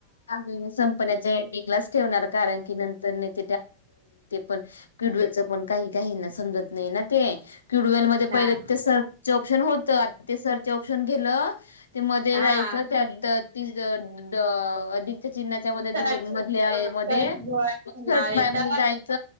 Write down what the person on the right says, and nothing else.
हा
हा
सर्च
सर्च नाव येत